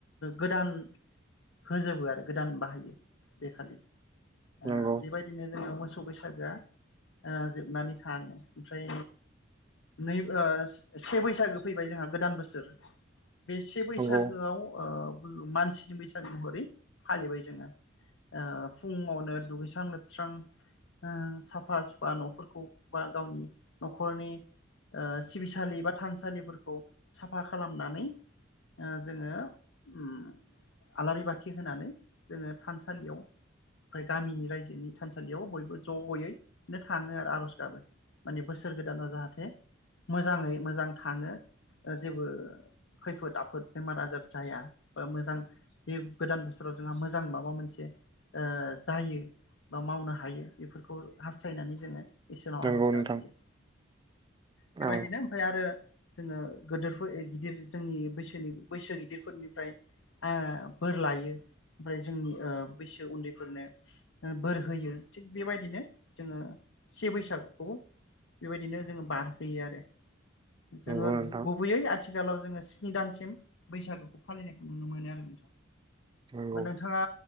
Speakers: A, on the left; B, on the right.
A: गोदान होजोबो आरो गोदान बाहायो बेखालि ओ
B: नंगौ
A: बेबायदिनो जोङो मोसौ बैसागोआ ओ जोबनानै थाङो ओमफ्राय नै ओ से बैसागो फैबाय जोंहा गोदान बोसोर बे से बैसागोआव
B: नंगौ
A: ओ ओ मानसिजोंबो एसे गोदान महरै फालिबाय जोङो ओ फुङावनो दुगैस्रां लोबस्रां ओ साफा सुफा न'फोरखौ बा गावनि न'खरनि ओ सिबिसालि बा थानसालिफोरखौ साफा खालामनानै ओ जोङो ओम आलारि बाथि होनानै जोङो थानसालियाव ओमफाय गामिनि रायजोनि थानसालियाव बयबो ज'यै बिदिनो थाङो आरो आर'ज गाबो माने बोसोर गोदाना जाहाथे मोजाङै मोजां थाङो जेबो खैफोद आफोद बेमार आजार जाया बा मोजां बे गोदान बोसोराव जोंहा मोजां माबा मोनसे ओ जायो बा मावनो हायो बेफोरखौ हास्थायनानै जोङो इसोरनाव
B: नंगौ
A: आर'ज गाबहैयो
B: नोंथां
A: बेबायदिनो
B: औ
A: ओमफ्राय आरो जोङो गोदोरफोर गिदिर जोंनि बैसोनि बैसो गिदिरफोरनिफ्राय ओ बोर लायो ओमफ्राय ओ जोंनि बैसो उन्दैफोरनो बोर होयो थिग बेबायदिनो जोङो से बैसागुखौ बेबायदिनो जोङो बारहोयो आरो जोङो
B: नंगौ नोंथां
A: गुबैयै आथि आथिखालाव जोङो स्नि दानसिम बैसागुखौ फालिनायखौ नुनो मोनो आरो नोंथां
B: नंगौ
A: नोंथाङा